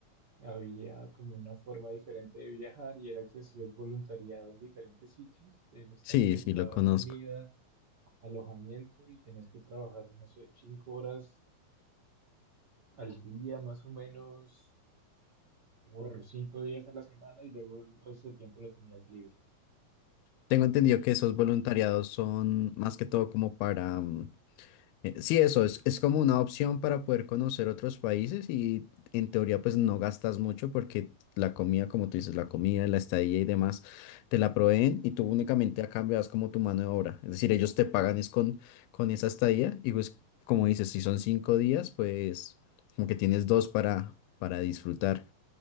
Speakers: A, on the right; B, on the left.
A: Había como una forma diferente de viajar y era que hacías voluntariado en diferentes sitios. Eh, Esta
B: sí,
A: gente
B: sí,
A: te
B: lo
A: daba
B: conozco.
A: comida, alojamiento y tenías que trabajar, no sé, cinco horas al día más o menos por cinco días a la semana y luego el resto del tiempo lo tenías libre.
B: Tengo entendido
A: Y
B: que esos voluntariados son más que todo como para mm, Eh, Sí, eso es, es como una opción para poder conocer otros países y en teoría pues no gastas mucho porque la comida, como tú dices, la comida, la estadía y demás te la proveen y tú únicamente a cambio das como tu mano de obra. Es decir, ellos te pagan es con, con esa estadía y pues como dices, si son cinco días pues como que tienes dos para, para disfrutar.